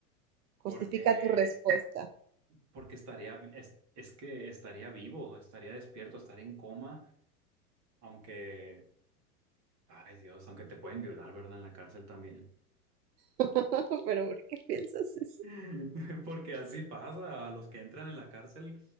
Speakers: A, on the right; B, on the right.
A: Justifica
B: Porque,
A: tu respuesta.
B: porque estaría, es, es que estaría vivo, estaría despierto, estaría en coma, aunque, ay Dios, aunque te pueden violar, ¿verdad? En la cárcel también.
A: <laughs> Pero ¿por qué piensas eso?
B: <laughs> Porque así pasa, a los que entran en la cárcel,